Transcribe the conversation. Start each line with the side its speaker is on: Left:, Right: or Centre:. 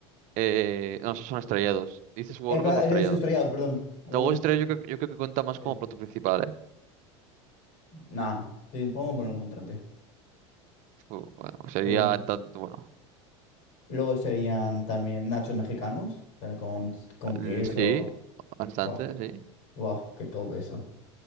Right: Eh, no, esos son estrellados. ¿Dices huevos
Left: Eh, espera,
Right: rotos o estrellados?
Left: eh, eso, estrellados, perdón. Huevos
Right: No, huevos
Left: estrellados.
Right: estrellados yo, creo yo creo que cuenta más
Left: Yes.
Right: como plato principal, ¿eh?
Left: Nah, te- podemos poner como entrante.
Right: Fu- Bueno, sería...
Left: Huevo entrante.
Right: en tan- Bueno,
Left: Luego serían también nachos mexicanos, tal, con, con
Right: el-
Left: queso.
Right: sí, bastante,
Left: Buah,
Right: sí.
Left: buah, qué todo eso.